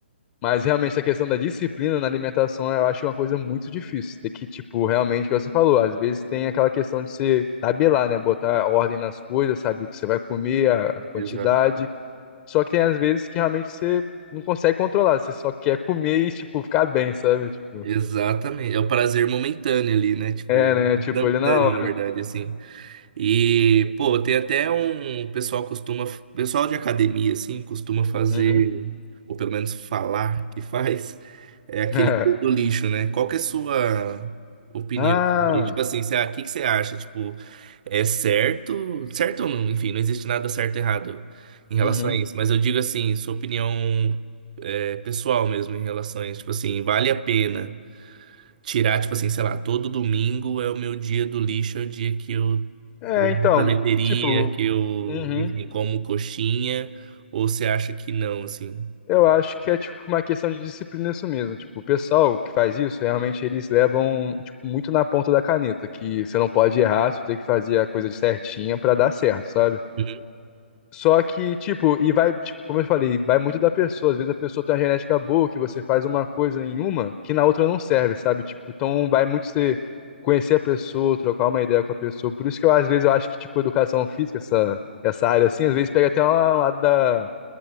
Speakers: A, on the left; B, on the right.
A: mas realmente a questão da disciplina na alimentação eu acho uma coisa muito difícil, tem que, tipo, realmente, o que você falou, às vezes tem aquela questão de você tabelar, né, botar ordem nas coisas, sabe o que você vai comer, a a quantidade,
B: Exato.
A: só que tem às vezes que realmente você não consegue controlar, você só quer comer e, tipo, ficar bem, sabe? Tipo,
B: Exatamente. É o prazer momentâneo ali, né? Tipo,
A: é, né?
B: instantâneo,
A: Tipo, ele na hora.
B: na verdade, assim. E, pô, tem até um. O pessoal costuma. o Pessoal de academia, assim, costuma fazer.
A: Uhum.
B: ou pelo menos falar que faz, é aquele
A: <laughs>
B: cu do lixo, né? Qual que é a sua opinião
A: Ah,
B: sobre, tipo assim, o que que você acha? Tipo, é certo? Certo ou não? Enfim, não existe nada certo e errado em relação
A: Uhum.
B: a isso. Mas eu digo assim, sua opinião é, pessoal mesmo em relação a isso. Tipo assim, vale a pena tirar, tipo assim, sei lá, todo domingo é o meu dia do lixo, é o dia que eu
A: é,
B: vou
A: então,
B: na sorveteria,
A: tipo,
B: que eu,
A: uhum.
B: enfim, como coxinha, ou você acha que não, assim?
A: Eu acho que é, tipo, uma questão de disciplina isso mesmo. Tipo, o pessoal que faz isso, realmente eles levam, tipo, muito na ponta da caneta, que você não pode errar, você tem que fazer a coisa certinha pra dar certo, sabe?
B: Uhum.
A: Só que, tipo, e vai, tipo, como eu falei, vai muito da pessoa. Às vezes a pessoa tem uma genética boa, que você faz uma coisa em uma, que na outra não serve, sabe? Tipo, então vai muito você conhecer a pessoa, trocar uma ideia com a pessoa. Por isso que eu, às vezes, eu acho que, tipo, educação física, essa, essa área, assim, às vezes pega até um lado da,